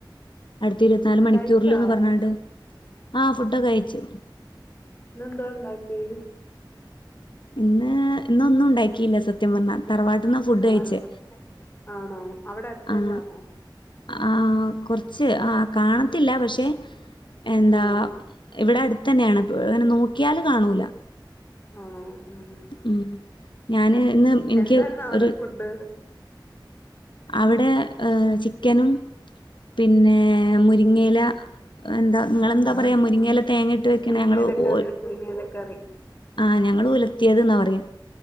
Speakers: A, on the left (about 75°); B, on the left (about 25°).
A: അടുത്ത ഇരുപത്തിനാല് മണിക്കൂറൽന്ന്
B: കഴിച്ചോ
A: പറഞ്ഞണ്ട് ആ ഫുഡൊക്കെ കയിച്
B: ഇന്നെന്താ ഇണ്ടാക്കിയേ
A: ഇന്ന് ഇന്നൊന്നും ഉണ്ടാക്കിയില്ല സത്യം പറഞ്ഞാൽ തറവാട്ടന്ന് ഫുഡ് കഴിച്ചേ
B: ആണോ ആണോ അവിടെ അടുത്ത്
A: ആഹ്
B: തന്നാണോ
A: ആഹ് കുറച്ച് ആ കാണത്തില്ല പക്ഷെ എന്താ
B: ആഹ്
A: ഇവിടെ അടുത്ത് തന്നെയാണ് ങ്ങനെ നോക്കിയാല് കാണൂല
B: ആണോ അഹ് ആഹ്
A: ഉം ഞാന് ഇന്ന് എനിക്ക്
B: എന്തായിാരുന്ന അവിടെ
A: ഒരു
B: ഫുഡ്
A: അവിടെ ചിക്കനും പിന്നെ മുരിങ്ങയില എന്താ ഇങ്ങെളെന്താ
B: ആഹ്
A: പറയാ മുരിങ്ങല്ല തേങ്ങ ഇട്ട് വെക്കണ
B: മുരിങ്ങയിലക്കറി
A: ഞങ്ങള്ൾ ഒ
B: മുരിങ്ങയിലക്കറി
A: ആഹ് ഞങ്ങള് ഉലർത്തിയത് എന്നാ പറയാ